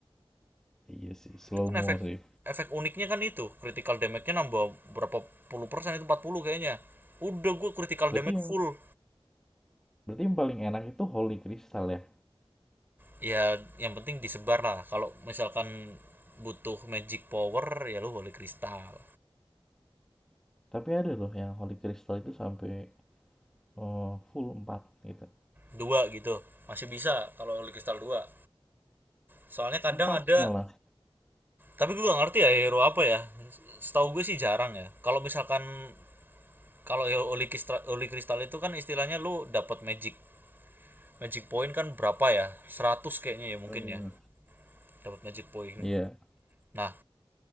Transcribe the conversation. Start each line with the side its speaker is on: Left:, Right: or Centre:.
Centre: Iya sih, slow
Right: itu kan
Centre: mo
Right: efek
Centre: sih.
Right: efek uniknya kan itu critical damage-nya nambah berapa puluh persen itu 40 kayaknya udah gue critical
Centre: Berarti
Right: damage
Centre: yang
Right: full
Centre: berarti yang paling enak itu Holy Crystal ya.
Right: ya yang penting disebar lah kalau misalkan butuh magic power ya lu holy crystal
Centre: Tapi ada loh yang Holy Crystal itu sampai eh, full empat gitu.
Right: dua gitu masih bisa kalau holy crystal dua soalnya kadang
Centre: empat
Right: ada
Centre: malah.
Right: Tapi gue gak ngerti ya hero apa ya. Setahu gue sih jarang ya. Kalau misalkan kalau hero Oli Kristal, itu kan istilahnya lu dapat magic magic point kan berapa ya? seratus kayaknya ya mungkin
Centre: Hmm.
Right: ya. Dapat magic point.
Centre: Iya.
Right: Nah,